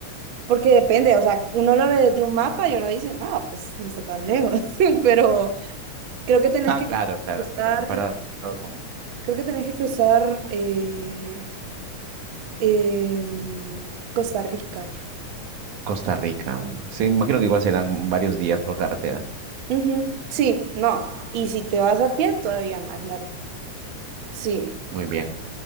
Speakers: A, on the right (about 60°); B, on the right (about 80°).
A: porque depende, o sea, uno lo ve desde un mapa y uno dice, no, pues no está tan lejos, <laughs> pero creo que tenés
B: Ah,
A: que
B: claro, claro,
A: cruzar,
B: claro. Comparado con
A: creo que tenés que cruzar eh, em, Costa Rica.
B: Costa Rica. mm. Sí, imagino que igual serán varios días por carretera.
A: Ujú, Sí, no, y si te vas a pie, todavía más largo. Sí,
B: Muy bien.